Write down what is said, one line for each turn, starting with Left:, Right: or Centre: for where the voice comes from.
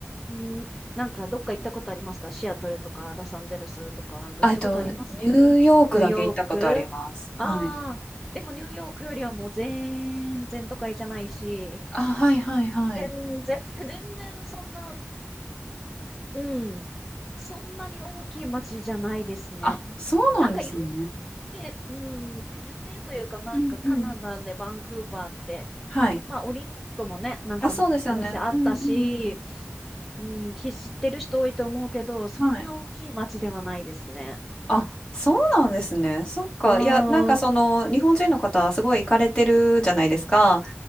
Centre: う。うん、なんかどっか行ったことありますかシアトルとかロサンゼルスとかなんか行ったことあります
Left: あえっと、ニューヨークだけ行ったことあります。
Centre: ニューヨークああでもニューヨークよりはもう全然都会じゃないし、
Left: はい。あ、はいはいはい。
Centre: 全然、<laughs> 全然そんな、うん、そんなに大きい街じゃないですね。
Left: あ、そうなんですね。
Centre: なんかユンけ、うん、で有名というか、なんかカナダでバンクーバーって、
Left: うんうん。はい。
Centre: まあオリンピックもね、なんか昔あったし、
Left: あ、そうですよね。うんうんうん。
Centre: うん、き知ってる人多いと思うけど、そんな大きい街ではないですね。
Left: はい。あ、そうなんですね。そっか。
Centre: うーん、
Left: いや、なんかその、
Centre: うん
Left: 日本人の方はすごい行かれてるじゃないですか。